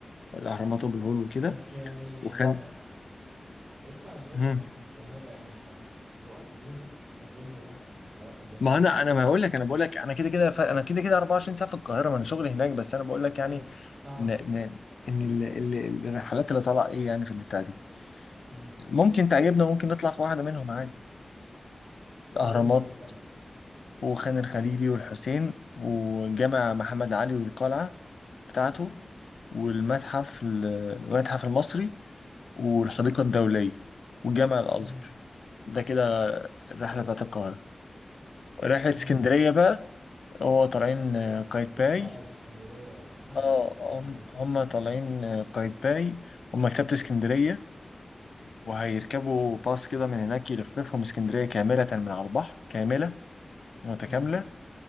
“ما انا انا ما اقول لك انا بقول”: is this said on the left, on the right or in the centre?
Left